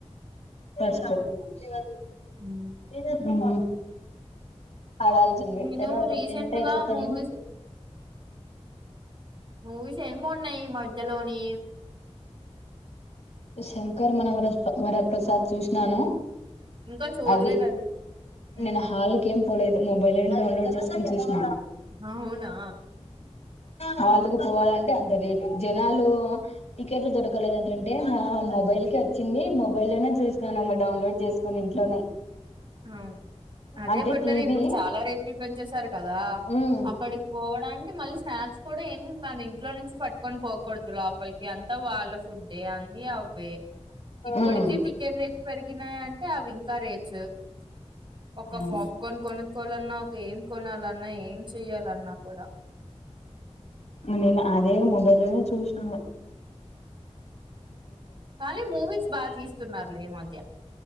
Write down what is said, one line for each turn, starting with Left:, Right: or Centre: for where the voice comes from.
Left: ఫస్ట్ అదు
Right: ఉమ్,
Left: <unintelligible> ఉమ్ అ <inaudible> ఆడాల్సింది
Right: నేను
Left: తర్వాత
Right: రీసెంట్
Left: టెన్త్ అయిపోతాను.
Right: గా మూవీస్ మూవీస్ ఏం బన్నాయి ఈ మధ్యలోని.
Left: శంకర్ మనం వరప్రసాద్ చూసినాను.
Right: ఇంకా చూడలేదు
Left: అది
Right: మ్మ్
Left: నిన్న హాల్కిమ్ ఏం పోలే. మొబైల్ లోని డౌన్లోడ్ చేసుకొని చూసిన.
Right: ఆ అవునా
Left: హలుకు పోవాలంటే అంత రేటు జనాలు టికెట్లు దొరకలేదు. ఆ మొబైల్ కి వచ్చింది మొబైల్ లోనే చూసినానుమా డౌన్లోడ్ చేసుకుని ఇంట్లోనే.
Right: అవును అదే
Left: అంటే
Right: బట్టర్
Left: టీవీ
Right: ఇప్పుడు చాలా రేట్ పెంచేసారు కదా
Left: ఉమ్
Right: అక్కడికి పోవడాంటే మళ్ళీ స్నాక్స్ కూడా ఏమి మన ఇంట్లో నుంచి పట్టుకొని పోకూడదు. లోపలికి అంతా వాళ్ళ ఫుడ్ అన్ని అవే ఇప్పటికే
Left: ఉమ్
Right: టికెట్ రేట్ పెరిగినాయి. అవింకా రేట్స్. <inaudible> ఒక
Left: ఉమ్
Right: పాప్కార్న్ కొనుక్కోవాలన్నా ఒక ఏం కొనా, అన్నా ఏం చెయ్యాలన్నా కూడా.
Left: నేను అదే మొబైల్ లోనే చూసినను.
Right: కానీ మూవీస్ బాగా తీస్తున్నారులే ఈ మధ్య.